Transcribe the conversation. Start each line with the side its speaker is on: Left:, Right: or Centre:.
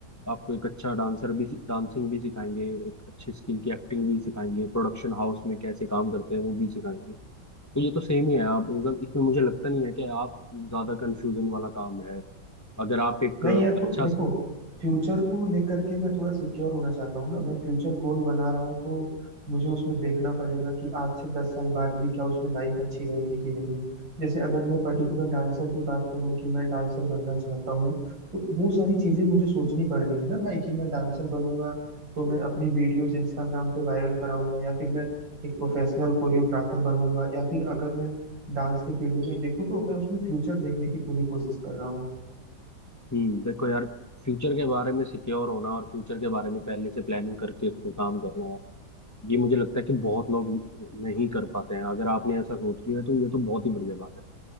Left: आपको एक अच्छा डांसर भी डांसिंग भी सिखाएंगे एक अच्छे स्किल की एक्टिंग भी सिखाएंगे प्रोडक्शन हाउस में कैसे काम करते हैं वो भी सिखाएंगे तो ये तो सेम ही है आप मतलब इसमें मुझे लगता नहीं है कि आप ज्यादा कंफ्यूजन वाला काम है अगर आप एक
Right: नहीं यार
Left: अच्छा
Right: तो देखो
Left: सा
Right: फ्यूचर को लेकर के मैं थोड़ा सिक्योर होना चाहता हूँ ना मैं फ्यूचर गोल बना रहा हूँ तो मुझे उसमें देखना पड़ेगा कि आज से दस साल बाद भी क्या उसमें लाइफ अच्छी रहेगी कि नहीं जैसे अगर मैं पर्टिकुलर डांसर की बात करूँ कि मैं डांसर बनना चाहता हूँ तो वो सारी चीजें मुझे सोचनी पड़ रही है ना भाई कि मैं डांसर बनूंगा तो मैं अपनी वीडियोस इंस्टाग्राम पे वायरल कराऊंगा या फिर मैं एक प्रोफेशनल कोरियोग्राफर बनूंगा या फिर अगर मैं डांस के फील्ड में देखूँ तो मैं उसमें फ्यूचर देखने की पूरी कोशिश कर रहा हूँ
Left: हम्म देखो यार फ्यूचर के बारे में सिक्योर होना और फ्यूचर के बारे में पहले से प्लानिंग करके उस पे काम करना है ये मुझे लगता है कि बहुत लोग नहीं कर पाते हैं अगर आपने ऐसा सोच लिया तो ये तो बहुत ही बढ़िया बात है